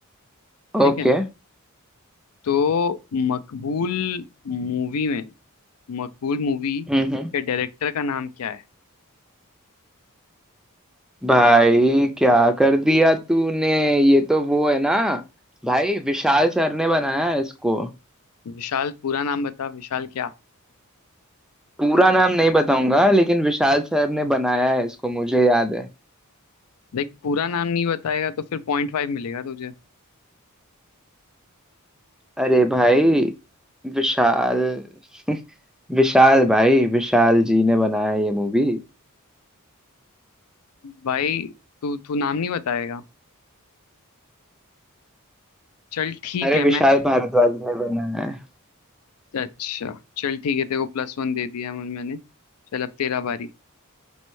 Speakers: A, on the left; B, in the centre.
A: ठीक
B: ओके
A: है तो मकबूल मूवी में मकबूल मूवी
B: हम्म हम्म
A: के डायरेक्टर का नाम क्या है
B: भाई क्या कर दिया तूने ये तो वो है ना भाई विशाल सर ने बनाया है इसको
A: विशाल पूरा नाम बता विशाल क्या
B: पूरा नाम नहीं बताऊंगा लेकिन विशाल सर ने बनाया है इसको मुझे याद है
A: देख पूरा नाम नहीं बताएगा तो फिर पॉइंट फाइव मिलेगा तुझे
B: अरे भाई विशाल <laughs> विशाल भाई विशाल जी ने बनाया है ये मूवी
A: भाई तू तू नाम नहीं बताएगा चल ठीक
B: अरे
A: है मैं
B: विशाल भारद्वाज ने बनाया है
A: अच्छा चल ठीक है तेरे को प्लस वन दे दिया मुझे- मैंने चल अब तेरा बारी